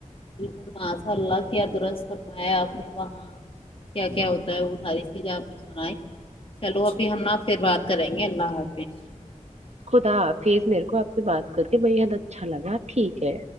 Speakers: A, on the left; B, on the right.
A: بالکل ماشاءاللہ کیا درست فرمایا اپ نے وہاں کیا کیا ہوتا ہے وہ ساری چیزیں آپ نے سنائی چلو ابھی ہم نا پھر بات کریں گے اللہ حافظ
B: خدا حافظ میرے کو آپ سے بات کر کے بے حد اچھا لگا ٹھیک ہے